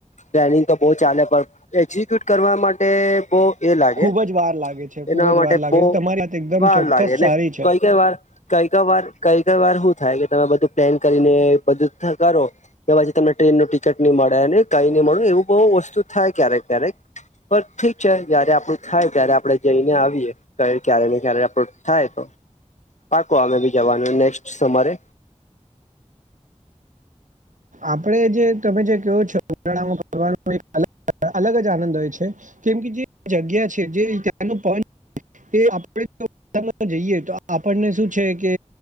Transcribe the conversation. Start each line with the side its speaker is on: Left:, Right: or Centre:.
Left: પ્લેનિંગ તો બહુ ચાલે પણ એક્ઝિક્યુટ કરવા માટે તે બહ. એ લાગે
Right: ખૂબ જ વાર લાગે છે
Left: એના
Right: ખૂબ જ
Left: માટે
Right: વાર લાગે
Left: બહ
Right: છે તમારી વાત એકદમ
Left: વાર
Right: ચોક્કસ
Left: લાગે
Right: સારી
Left: ને
Right: છે
Left: કઈ કઈ વાર કઈ ક વાર કઈ ક વાર હું થાય કે તમે બધું પ્લેન કરીને બધું કરો. કે પછી તમને ટ્રેન નું ટિકિટ ની મળેને કંઈ નહી મળે એવું બહુ વસ્તુ થાય ક્યારેક ક્યારેક. પણ ઠીક છે, જયારે આપડું થાય ત્યારે આપડે જઈને આવીએ. ક્યારે ને ક્યારે આપડુ થાય તો પાકો અમે ભી જવાનું નેક્સ્ટ સમારે.
Right: આપડે જે તમે જે કવો છો <unintelligible> અલગ જ આનંદ હોય છે કેમ કે જે જગ્યા છે, જે <unintelligible> <unintelligible> જઈએ તો આપણને શું છે કે